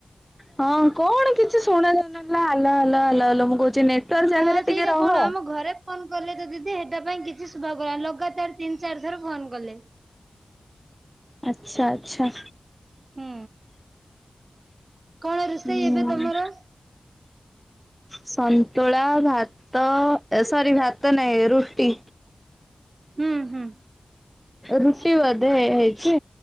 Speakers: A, in the centre; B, on the right (about 50°).
A: ହଁ କଣ କିଛି ଶୁଣ ଯାଉନଥିଲା ହାଲ ହାଲ ହାଲ ହାଲ ମୁଁ କହୁଚି ନେ ଟୱାର୍କ
B: ହଁ
A: ଜାଗାରେ
B: ସେଇଟା
A: ଟିକେ ରହ।
B: କଣ ଆମ ଘରେ ଫୋନ କଲେ ତ ଦିଦି ସେଟା ପାଇଁ କିଛି ଶୁଭା କଲା ଲଗାତାର ତିନି ଚାର ଥର ଫୋନ କଲେ।
A: ଆଚ୍ଛା ଆଚ୍ଛା।
B: ହୁଁ କଣ ରୋଷେଇ
A: ହୁଁ
B: ଏବେ ତମର?
A: ସନ୍ତୁଳା ଭାତ ସରି ଭାତ ନାଇଁ ରୁଟି।
B: ହୁଁ ହୁଁ।
A: ରୁଚି ବଧେ ହେଇଚି